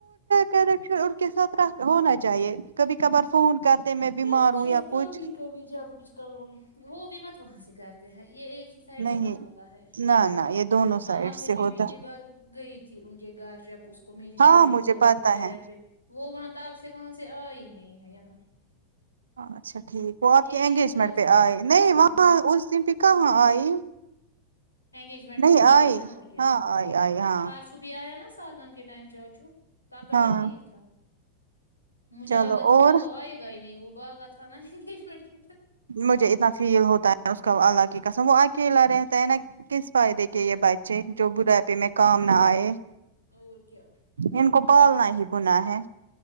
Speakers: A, on the right; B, on the left.
A: کرشن ان کے ساتھ ہونا چاہیے کبھی کبھار فون کرتے میں بیمار
B: کرتے
A: ہوں
B: ہیں
A: یا کچھ
B: کبھی کبھی جب کچھ کام وہ بھی مت وہاں سے کرتے ہیں یہ ایک سائڈ
A: نہیں
B: سے مت ہوتا ہے
A: نہ نہ یہ دونوں
B: ماما
A: سائڈ سے
B: پھر بھی
A: ہوتا
B: پچھلی بار گئی تھی ان کے گھر جب اس کو میری
A: ہاں
B: چاچی
A: مجھے
B: کو لگی
A: پتا
B: تھی پیر
A: ہے
B: پہ وہ وہاں تب سے وہاں سے آ ہی نہیں ہے یہاں
A: اچھا ٹھیک وہ آپ
B: ایک
A: کے انگیجمنٹ
B: ہی سائڈ سے
A: پہ
B: کتنا
A: آئے
B: کریں
A: نہیں وہاں
B: گے
A: اس دن پہ کہاں آئی
B: انگیجمنٹ
A: نہیں
B: پہ آئی نا اور کیا
A: ہاں آئی آئی ہاں
B: پارسو بھی آیا نا سات نم کے ٹائم چاچو تو پاپا
A: ہاں
B: کا
A: ہاں
B: ٹھیک تھا مجھے
A: چلو
B: لگا تھا
A: اور
B: تب وہ آئے گا ہی نہیں وہ بہگا تھا ناٹ
A: مجھے اتنا فیل ہوتا ہے اس کا اللہ کی قسم وہ اکیلا رہتا ہے نا کس فائدے کے یہ بچے جو بوڑھاپے میں کام نہ آئے
B: اور کیا
A: ان کو پالنا ہی گناہ ہے